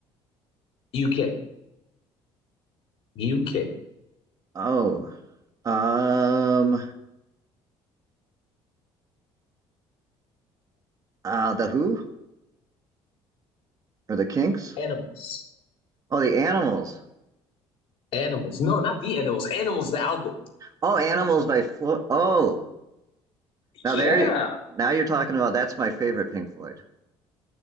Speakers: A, on the left; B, on the right.
A: UK, UK,
B: Oh, um, uh, the Who or the Kinks?
A: animals,
B: Oh, the Animals.
A: animals. No, not the animals. Animals, the album.
B: Oh, Animals by Floyd. Oh, now
A: Yeah.
B: there, now you're talking about that's my favorite Pink Floyd